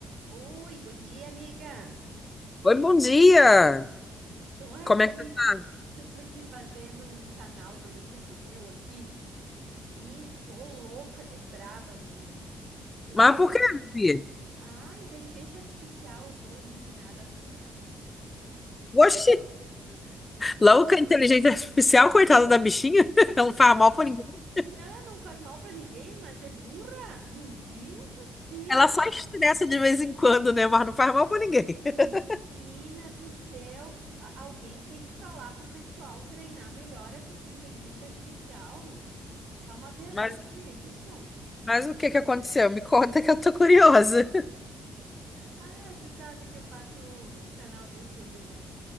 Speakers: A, on the right (about 75°); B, on the left (about 20°).
A: Oi, bom dia, amiga.
B: Oi, bom dia!
A: Tô aqui,
B: Como é que tu tá?
A: <laughs> tô aqui fazendo um canal do YouTube meu aqui e tô louca de braba, menina. Tô,
B: Mas por quê? Bia?
A: ah, inteligência artificial, tô indignada com ela.
B: Oxi, logo inteligência artificial, coitada da bichinha, <laughs> ela não faz mal pra ninguém.
A: Ah, não faz mal pra ninguém, mas é burra. Meu Deus do céu,
B: Ela só estressa de vez em quando, né? Mas não faz mal pra ninguém. <laughs>
A: menina do céu. A- Alguém tem que falar pro pessoal treinar melhor essas inteligência artificial. Tá uma vergonha
B: Mas,
A: isso.
B: mas o que que aconteceu? Me conta que eu tô curiosa.
A: Ai, tu sabe que eu faço canal do YouTube, né?